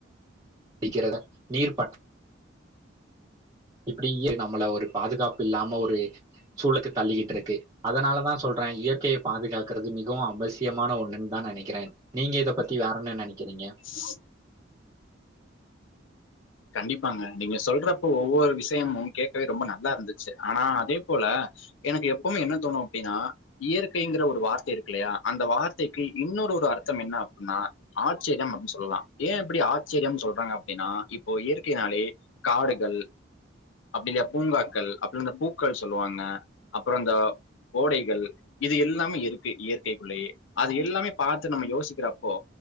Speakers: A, on the right; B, on the left.
A: க்கிறத நீர் பற் இப்டி நம்மள ஒரு பாதுகாப்பு இல்லாம ஒரு சூழுக்கு தள்ளிக்கிட்ருக்கு அதனால தா சொல்றே இயற்கையை பாதுகாக்கறது மிகவு அவசியமான ஒன்னுன் தா நெனைக்கிறே நீங்க இத பத்தி வேற என்ன நெனைக்கிறீங்க
B: <unintelligible> கண்டிப்பாங்க நீங்க சொல்றப்ப ஒவ்வொரு விஷயமும் கேட்கவே ரொம்ப நல்லா இருந்துச்சு ஆனா அதே போல எனக்கு எப்பமே என்ன தோணு அப்டின்னா இயற்கைங்கிற ஒரு வார்த்தை இருக்குல்லையா அந்த வார்த்தைக்கு இன்னொரு ஒரு அர்த்தம் என்ன அப்பின்னா ஆச்சர்யம் அப்படின் சொல்லலா ஏ எப்டி ஆச்சரியம்ன் சொல்றாங்க அப்டின்னா இப்போ இயற்கையினாலே காடுகள் அப்டி இல்லையா பூங்காக்கள் அப்டி இந்த பூக்கள் சொல்லுவாங்க அப்றோ இந்த ஓடைகள் இது எல்லாமே இருக்கு இயற்கைக்குள்ளயே அது எல்லாமே பாத்து நம்ம யோசிக்கிறப்போ